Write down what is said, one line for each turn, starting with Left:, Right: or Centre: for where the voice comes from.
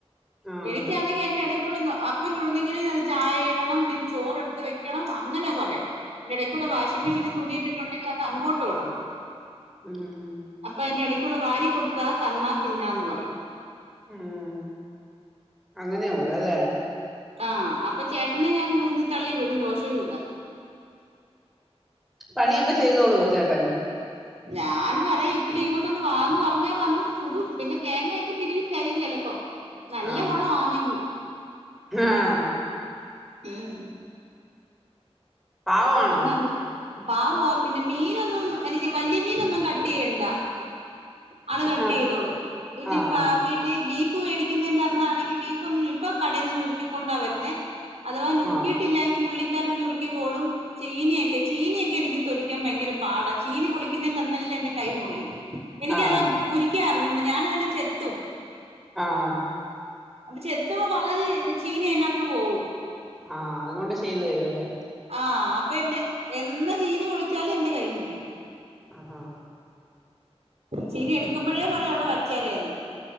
Centre: ആഹ്
Right: എനിക്കാന്നെങ്കി
Centre: അതെ
Right: അതിൻ്റെ എടേക്കൂടെ എന്ത്വ അപ് അപ്പം ചുടുന്നെങ്കിലും ഞാൻ ചായ ഇടണം പിന്നെ ചോറെടുത്ത് വെക്കണം അങ്ങനെ കൊറെ ൻ്റെ ഇടക്കൂടെ വാഷിംഗ് മെഷീനി തുണിയിട്ടിട്ടൊണ്ടെങ്കി അതങ്ങോട്ട് ഓടണം
Centre: ഉം ഉം
Right: അപ്പൊ അതിന്റെ എടെക്കൂടെ വാരി കൊടുത്താ തന്നാ തിന്നാന്ന് പറയും
Centre: ഉം അങ്ങനെ ഒള്ളല്ലേ
Right: ആഹ് അപ്പൊ ചേട്ടനെ ഞാൻ ഉന്തി തള്ളി വിടും ദോശ ചുടാൻ
Centre: പണിയൊക്കെ ചെയ്തോളുവോ ചേട്ടൻ
Right: ഞാന് പറയും ഇത്തിരി ഇങ്ങോട്ടൊന്ന് വാന്ന് പറഞ്ഞാ വന്ന് ചുടും പിന്നെ തേങ്ങയൊക്കെ തിരുവി തരും ചെലപ്പോ നല്ല
Centre: ആഹ്
Right: ഗുണവാന്നെങ്കി
Centre: ആഹ്
Right: ഉം
Centre: പാവമാണോ
Right: <unintelligible> പാവവ പിന്നെ മീനൊന്നും എനിക്ക് വല്യ മീനൊന്നും കട്ട് ചെയ്യണ്ട ആള് കട്ട്
Centre: ആഹ്
Right: ചെയ്തോളും പിന്നെ
Centre: ആഹ്
Right: ഇപ്പ വീട്ടിൽ ബീഫ് ഉപ്പ് മേടിക്കുന്നെന്റെ അന്നാണെങ്കി ബീഫ് ഒന്ന് ഇപ്പം കടേന്ന് ഞുറുക്കിക്കൊണ്ടാ വരുന്നേ അഥവാ ഞുറുക്കിയിട്ടില്ലാ
Centre: ആഹ്
Right: എങ്കി പുള്ളിക്കാരൻ ഞുറുക്കിക്കോളും ചീനിയെക്കെ ചീനിയെക്കെ എനിക്ക് തൊലിക്കാൻ ഭയങ്കര പാടാ ചീനി പൊളിക്കുന്നെന്റന്നല്ലാം എന്റെ കൈ മുറിയും എനിക്കത്
Centre: ആഹ്
Right: ഉരിക്കാഅറിഞ്ഞോട ഞാനതിനെ ചെത്തും
Centre: ആഹ്
Right: അപ്പൊ ചെത്തുമ്പോ പകുതി ചീനി അതിനാത്ത് പോവും
Centre: ആഹ് അതുകൊണ്ട് ചെയ്തു തരുവല്ലേ
Right: ആഹ് അപ്പൊ എൻ്റെ എന്ന് ചീനി പൊളിച്ചാലും എന്റെ കൈ മുറിയും
Centre: ആഹാ
Right: ചീനി എടുക്കുമ്പഴേ പറയും അവിടെ വച്ചേരേന്ന്